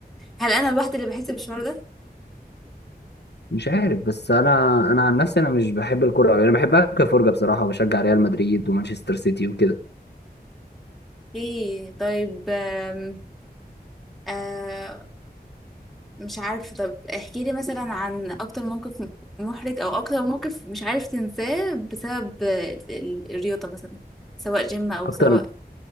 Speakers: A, in the centre; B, on the left.
A: هل انا الواحده اللي بحس بالشعور ده
B: مش عارف بس انا انا عن نفسي انا مش بحب الكرة أوي انا بحبها كفرجة بصراحة وبشجع ريال مدريد ومانشستر سيتي وكده
A: ايه طيب آم، آه مش عارفة طب احكي لي مثلا عن أكتر موقف محرج أو أكتر موقف مش عارف تنساه بسبب ال- ال- الرياضة مثلا سواء جيم أو
B: اكتر
A: سواء